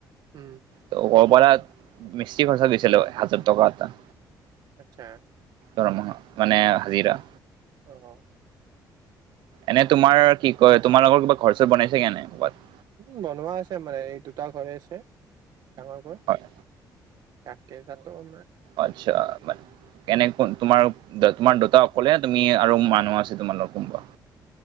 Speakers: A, on the right; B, on the right.
A: উম।
B: ত কব পাৰা মিস্ত্ৰী খৰচা দিছিলো হাজাৰ টকা এটা।
A: আচ্ছা
B: দৰমহা মানে হাজিৰা।
A: অ হ।
B: এনে তোমাৰ কি কয় তোমাৰ লোকৰ কিবা ঘৰ চৰ বনাইছেগে নাই কৰবাত।
A: উম বনোৱা আছে মানে এই দুটা ঘৰে আছে ডাঙৰ ঘৰ।
B: হয়।
A: তাকে তাতো <inaudible>
B: আচ্ছা মা। কেনেক তোমাৰ তোমাৰ দেতা অকলেে তুমি আৰু মানুহ আছে তোমাল লগ কোনোবা